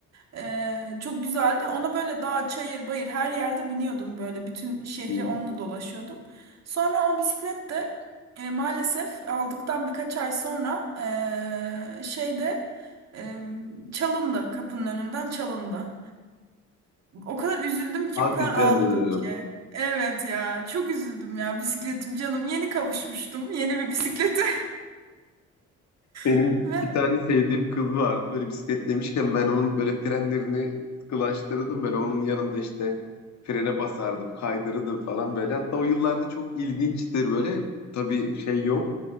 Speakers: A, on the right; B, on the left.
A: Ee, çok güzeldi. Ona böyle dağ, çayır, bayır her yerde biniyordum böyle. Bütün şehri
B: hı.
A: onunla dolaşıyordum. Sonra o bisiklet de e, maalesef aldıktan birkaç ay sonra e, şeyde e, çalındı. Kapının önünden çalındı. O kadar üzüldüm ki,
B: Hadi
A: o kadar ağladım
B: canım.
A: ki. Evet ya, çok üzüldüm ya bisikletim canım. Yeni kavuşmuştum yeni bir bisiklete.
B: Benim
A: <laughs> Ve
B: bir tane sevdiğim kız vardı. Böyle bisiklet demişken ben onun böyle frenlerini sıkılaştırırdım. Böyle onun yanında işte frene basardım, kaydırırdım falan böyle. Hatta o yıllarda çok ilginçtir böyle. Tabii şey yok.